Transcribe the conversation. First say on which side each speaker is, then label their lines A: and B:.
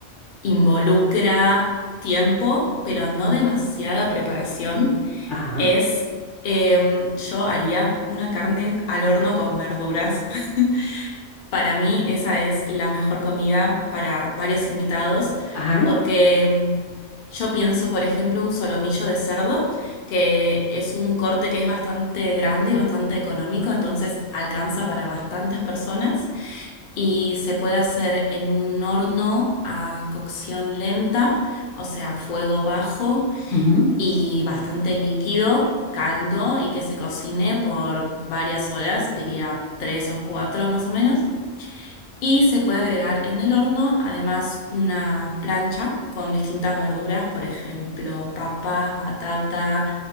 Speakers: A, on the left (about 60°); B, on the left (about 75°).
A: involucra tiempo, pero no demasiada preparación,
B: Ajá,
A: es em, yo haría una carne al horno con verduras. <laughs> Para mí esa es la mejor comida para varios invitados
B: ajá,
A: porque mm, yo pienso, por ejemplo, un solomillo de cerdo, que es un corte que es bastante grande y bastante económico, entonces alcanza para bastantes personas y se puede hacer en un horno a cocción lenta, o sea, fuego bajo
B: Ujú.
A: y bastante líquido. caldo y que se cocine por varias horas, diría tres o cuatro más o menos. Y se puede agregar en el horno además una plancha con distintas verduras, por ejemplo, papas, batata,